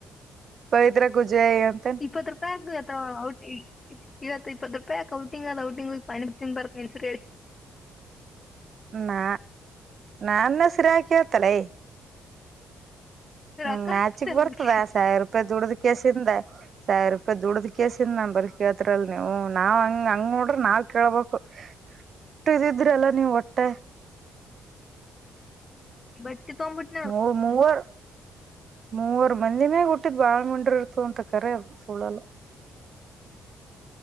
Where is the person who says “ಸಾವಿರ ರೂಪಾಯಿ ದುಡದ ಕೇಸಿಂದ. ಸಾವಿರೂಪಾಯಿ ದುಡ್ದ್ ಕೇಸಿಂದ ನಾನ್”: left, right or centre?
Right